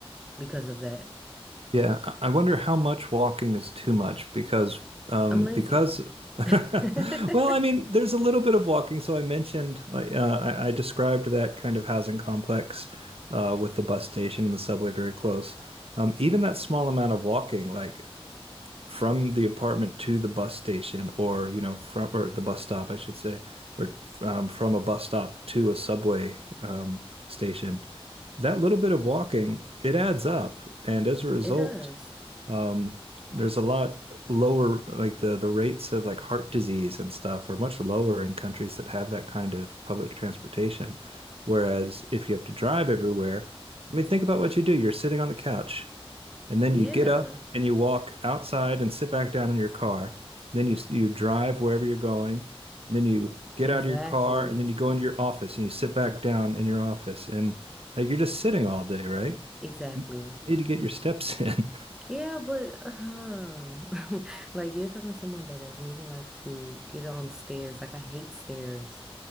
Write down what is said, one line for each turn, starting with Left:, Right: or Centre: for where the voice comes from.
Centre: because of that.
Right: Yeah. I I wonder how much walking is too much because, um,
Centre: I'm lazy.
Right: because,
Centre: <laughs>
Right: <laughs> well, I mean, there's a little bit of walking. So I mentioned, like, uh, I, I described that kind of housing complex, uh, with the bus station and the subway very close. Um, even that small amount of walking, like, from the apartment to the bus station or you know from or the bus stop I should say or um, from a bus stop to a subway um, station that little bit of walking it adds up and as a result
Centre: It does.
Right: um, there's a lot lower like the the rates of like heart disease and stuff are much lower in countries that have that kind of public transportation whereas if you have to drive everywhere I mean think about what you do you're sitting on the couch and then
Centre: Yeah,
Right: you get up and you walk outside and sit back down in your car. Then you you drive wherever you're going, and then you get
Centre: exactly.
Right: out of your car and then you go into your office and you sit back down in your office and like you're just sitting all day, right?
Centre: Exactly.
Right: You need to get your steps in. <laughs>
Centre: Yeah, but uh, <laughs> like you're talking to someone that doesn't even like to get on stairs. Like I hate stairs.